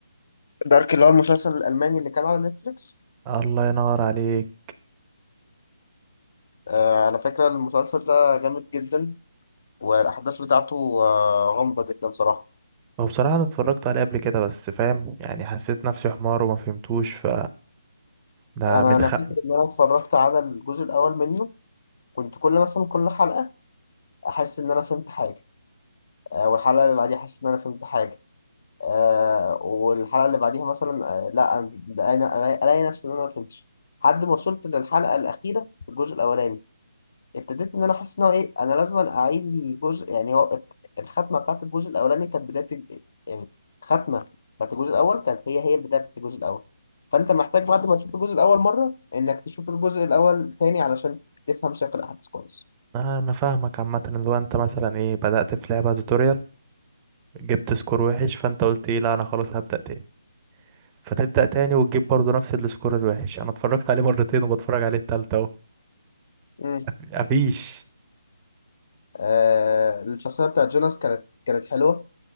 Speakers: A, on the left; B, on the right.
A: دارك اللي هو المسلسل الالماني اللي كان على نتفليكس
B: الله ينور عليك
A: آه على فكره المسلسل ده جامد جدا والاحداث بتاعته آه غامضه جدا صراحه
B: هو بصراحة انا اتفرجت عليه قبل كده بس فاهم يعني حسيت نفسي حمار وما فهمتوش ف ده
A: انا
B: من
A: انا
B: حقي
A: فاكر ان انا اتفرجت على الجزء الاول منه كنت كل مثلا كل حلقه احس ان انا فهمت حاجه آه، والحلقه اللي بعديها احس ان انا فهمت حاجه آه، والحلقه اللي بعديها مثلا آه، لا انا أنا- الاقي نفسي ان انا ما فهمتش لحد ما وصلت للحلقه الاخيره في الجزء الاولاني ابتديت ان انا احس ان هو ايه انا لازم اعيد الجزء يعني هو ابت- الختمه بتاعت الجزء الاولاني كانت بدايه الج- يعني الختمه بتاعت الجزء الاول كانت هي هي البدايه بتاعت الجزء الاول فانت محتاج بعد ما تشوف الجزء الاول مره انك تشوف الجزء الاول تاني علشان تفهم سياق الاحداث كويس
B: آه، انا فاهمك عامه اللي هو انت مثلا ايه بدأت في لعبه توتوريال جبت سكور وحش فانت قلت ايه لا انا خلاص هبدأ تاني فتبدأ تاني وتجيب برضو نفس السكور الوحش انا اتفرجت عليه مرتين وبتفرج عليه التالتة اهو
A: مم.
B: مفيش
A: آه، الشخصية بتاعت جوناس كانت كانت حلوة